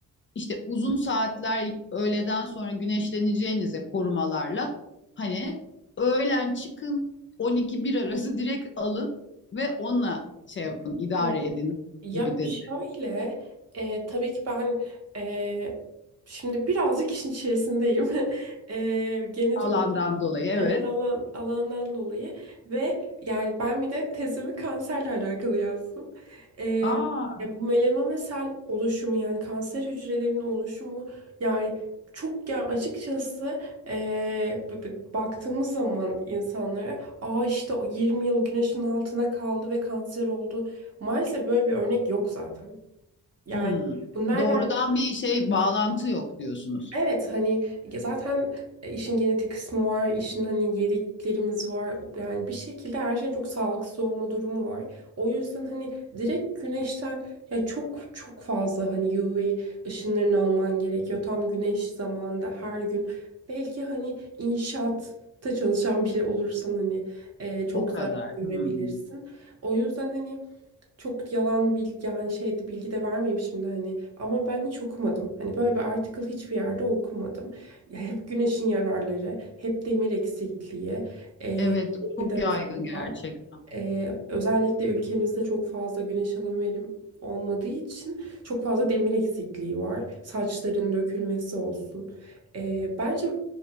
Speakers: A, on the left; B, on the right.
A: işte uzun saatler öğleden sonra güneşleneceğinize korumalarla hani öğlen çıkın 12-1 arası <laughs> direkt alın ve onunla şey yapın idare
B: Evet.
A: edin
B: Ya
A: gibi dedi.
B: şöyle, e, tabii ki ben e, şimdi birazcık işin içerisindeyim. <laughs> E, genetik
A: Alandan dolayı evet.
B: Evet alan alandan dolayı ve yani ben bir de tezimi kanserle alakalı yazdım. Ee,
A: Aa,
B: ya bu melanom ve sel oluşumu yani kanser hücrelerinin oluşumu yani çok yani açıkçası ee, b- b- baktığımız zaman insanlara aa işte o 20 yıl güneşin altına kaldı ve kanser oldu. Maalesef böyle bir örnek yok zaten. Yani
A: Hmm.
B: bu nereden
A: Doğrudan bir şey bağlantı yok diyorsunuz.
B: Evet hani zaten e, işin genetik kısmı var, işin hani yediklerimiz var. Yani bir şekilde her şeyin çok sağlıksız olma durumu var. O yüzden hani direkt güneşten ya çok çok fazla hani UV ışınlarını alman gerekiyor. Tam güneş zamanında her gün belki hani inşaatta çalışan biri olursan hani e, çok
A: O kadar.
B: zarar görebilirsin.
A: Hmm.
B: O yüzden hani çok yalan bilgi yani şeydi bilgi de vermeyeyim şimdi hani ama ben hiç okumadım. Hani böyle bir article hiçbir yerde okumadım. Ya hep güneşin yararları, hep demir eksikliği, e,
A: Evet
B: bir şekilde
A: çok yaygın gerçekten.
B: hani ee, özellikle ülkemizde çok fazla güneş alım verim olmadığı için çok fazla demir eksikliği var. Saçların dökülmesi olsun. Ee, bence